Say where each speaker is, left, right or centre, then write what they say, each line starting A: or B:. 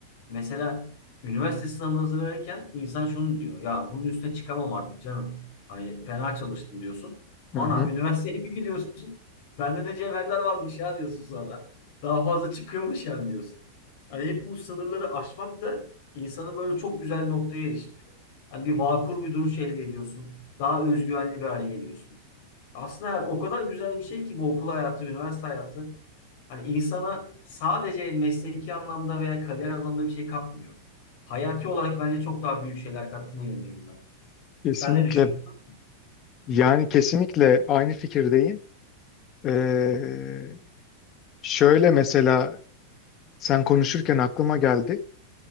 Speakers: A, on the left; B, on the left.
A: Mesela üniversite sınavına hazırlanırken insan şunu diyor. Ya bunun üstüne çıkamam artık canım. Hani fena çalıştım diyorsun.
B: Hı
A: Ana
B: hı.
A: üniversiteye bir gidiyorsun. Bende ne cevherler varmış ya diyorsun sonra. Daha fazla çıkıyormuş yani diyorsun. Hani hep bu sınırları aşmak da insanı böyle çok güzel bir noktaya eriştiriyor. Hani bir vakur bir duruş elde ediyorsun. Daha özgüvenli bir hale geliyorsun. Aslında o kadar güzel bir şey ki bu okul hayatı, üniversite hayatı. Hani insana sadece mesleki anlamda veya kariyer anlamda bir şey katmıyor. Hayati olarak bence çok daha büyük şeyler kattığına inanıyorum ben.
B: Kesinlikle
A: Sen ne düşünüyorsun?
B: Yani kesinlikle aynı fikirdeyim. Ee, şöyle mesela sen konuşurken aklıma geldi.